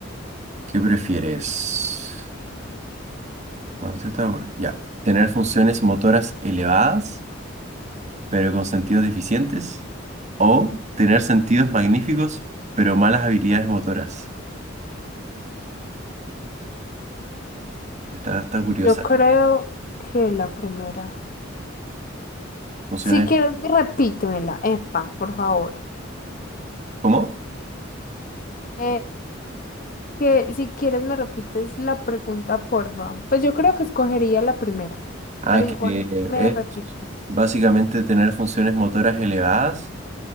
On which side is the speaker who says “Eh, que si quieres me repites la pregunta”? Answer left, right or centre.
Left